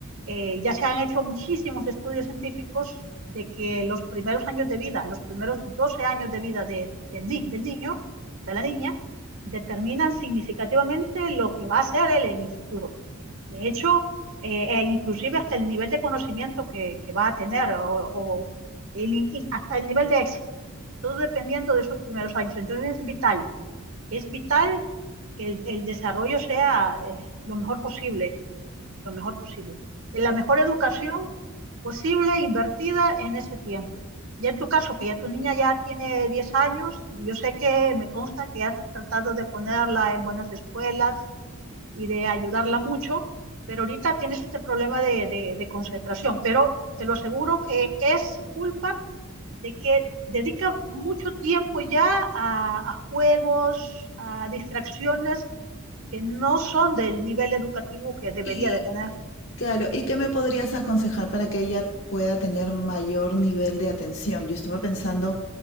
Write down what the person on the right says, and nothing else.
Eh, ya se han hecho muchísimos estudios científicos de que los primeros años de vida, los primeros 12 años de vida de- del ni- del niño, de la niña, determinan significativamente lo que va a ser él en el futuro. De hecho, eh, e inclusive hasta el nivel de conocimiento que, que va a tener o, o el in- y hasta el nivel de éxito, todo dependiendo de esos primeros años. Entonces es vital, es vital que el, el desarrollo sea eh, lo mejor posible, lo mejor posible. La mejor educación posible invertida en ese tiempo. Ya en tu caso, que ya tu niña ya tiene 10 años, y yo sé que me consta que has tratado de ponerla en buenas escuelas y de ayudarla mucho, pero ahorita tienes este problema de, de, de concentración, pero te lo aseguro que es culpa de que dedica mucho tiempo ya a, a juegos, a distracciones que no son del nivel educativo que debería
de tener.